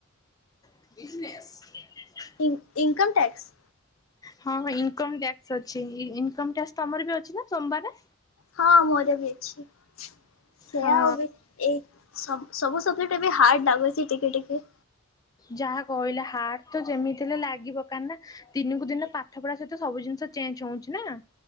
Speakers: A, on the left; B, on the left.
A: ବିଜନେସ।
B: ଈ ଇନକମ୍ ଟ୍ୟାକ୍ସ।
A: ହଁ ଭାଇ ଇନକମ ଟକ୍ସ ଅଛି ଇନମ ଟକ୍ସ ତମର ବି ଅଛି ନା ସୋମବାର?
B: ହଁ ମୋର ବି ଅଛି ସେୟା
A: ହଁ
B: ହଉ ବି ଏଇ ସବୁ ସବୁ ସବଜେକ୍ଟ ଏ ବି ହାର୍ଡ଼ ଲାଗୁଚି ଟିକେ ଟିକେ।
A: ଯାହା କହିଲେ ହାର୍ଡ ତ ଯେମିତି ହେଲେ ଲାଗିବ କା ନା ଦିନକୁ ଦିନ ପାଠ ପଢା ସହିତ ସବୁ ଜିନିଷ ଚେଞ୍ଜ ହଉଚି ନା।